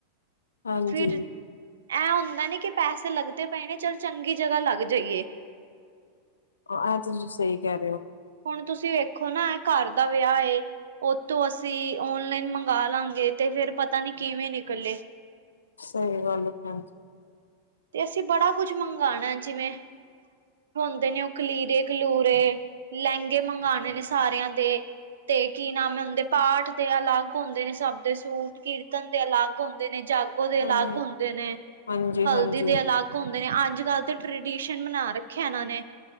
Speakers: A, on the left; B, on the right.
A: ਹਾਂਜੀ।
B: ਫਿਰ ਐ ਹੁੰਦਾ ਨੇ ਕਿ ਪੈਸੇ ਲੱਗਦੇ ਪਏ ਨੇ ਚੱਲ ਚੰਗੀ ਜਗ੍ਹਾ ਲੱਗ ਜਾਈਏ।
A: ਆਹ ਤੁਸੀਂ ਸਹੀ ਕਹਿ ਰਹੇ ਹੋ।
B: ਹੁਣ ਤੁਸੀਂ ਵੇਖੋ ਨਾ ਘਰ ਦਾ ਵਿਆਹ ਏ ਉਹ ਤੋਂ ਅਸੀਂ ਓਨਲਾਈਨ ਮੰਗਾਲਾਂਗੇ ਤੇ ਫਿਰ ਪਤਾ ਨੀ ਕਿਵੇਂ ਨਿਕਲੇ।
A: ਸਹੀ ਗੱਲ ਏ ਭੈਣ ਜੀ।
B: ਤੇ ਅਸੀਂ ਬੜਾ ਕੁਝ ਮੰਗਾਂਣਾ ਜਿਵੇਂ ਹੁੰਦੇ ਨੇ ਉਹ ਕਲੀਰੇ-ਕਲੂਰੇ ਲਹਿੰਗੇ ਮੰਗਾਣੇ ਨੇ ਸਾਰਿਆਂ ਦੇ। ਤੇ ਕੀ ਨਾਮ ਹੁੰਦੇ ਪਾਠ ਦੇ ਅਲੱਗ ਹੁੰਦੇ ਨੇ ਸਭ ਦੇ ਸੂਟ, ਕੀਰਤਨ ਦੇ ਅਲੱਗ ਲ ਹੁੰਦੇ ਨੇ, ਜਾਗੋ ਦੇ
A: ਹੂੰ
B: ਅਲੱਗ ਹੁੰਦੇ ਨੇ।
A: ਹਾਂਜੀ-ਹਾਂਜੀ
B: ਹਲਦੀ ਦੇ ਅਲੱਗ ਹੁੰਦੇ ਨੇ ਅੱਜ- ਕੱਲ੍ਹ ਤਾਂ ਟਰਡੀਸ਼ਨ ਮਨਾ ਰੱਖਿਆ ਇਹਨਾਂ ਨੇ